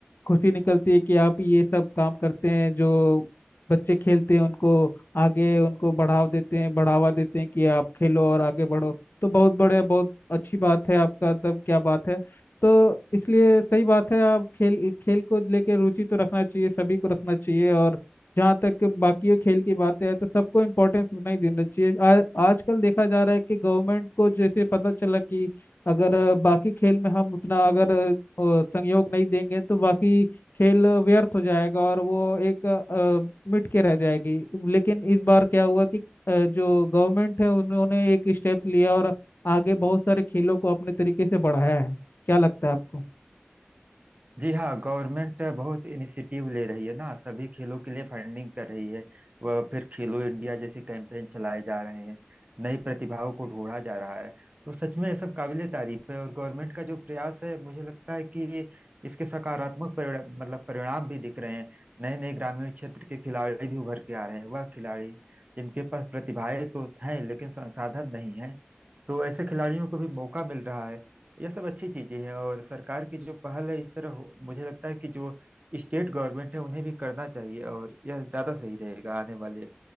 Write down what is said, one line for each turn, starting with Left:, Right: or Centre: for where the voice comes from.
Left: खुशी निकलती है कि आप ये सब काम करते हैं जो बच्चे खेलते हैं उनको आगे उनको बढ़ाव देते हैं बढ़ावा देते हैं कि आप खेलो और आगे बढ़ो तो बहुत बड़े बहुत अच्छी बात है आपका तब क्या बात है तो इसलिए सही बात है आप खेल खेल को लेके रुचि तो रखना चाहिए सभी को रखना चाहिए और जहाँ तक बाकी खेल की बातें है तो सबको इम्पोर्टेंस उतना ही देना चाहिए आ, आजकल देखा जा रहा है कि गवर्नमेंट को जैसे पता चला कि अगर अ, बाकी खेल में हम उतना अगर अ, अ, संयोग नहीं देंगे तो बाकी खेल अ, व्यर्थ हो जाएगा और वो एक अ, मिट के रह जाएगी लेकिन इस बार क्या हुआ कि अ, जो गवर्नमेंट है उन्होंने एक स्टेप लिया और आगे बहुत सारे खेलों को अपने तरीके से बढ़ाया है क्या लगता है आपको
Right: जी हाँ गवर्नमेंट बहुत इनिशिएटिव ले रही है ना सभी खेलों के लिए फंडिंग कर रही है वह फिर खेलो इंडिया जैसे कैंपेन चलाए जा रहे हैं नई प्रतिभाओं को ढूंढा जा रहा है तो सच में ये सब काबिले तारीफ है और गवर्नमेंट का जो प्रयास है मुझे लगता है कि इसके सकारात्मक परिणा मतलब परिणाम भी दिख रहे हैं नए नए ग्रामीण क्षेत्र के खिलाड़ी भी उभर के आ रहे हैं वह खिलाड़ी जिनके पास प्रतिभाएं तो हैं लेकिन संसाधन नहीं है तो ऐसे खिलाड़ियों को भी मौका मिल रहा है यह सब अच्छी चीजें हैं और सरकार की जो पहल है इस तरह हो, मुझे लगता है कि जो स्टेट गवर्नमेंट है उन्हें भी करना चाहिए और यह ज्यादा सही रहेगा आने वाले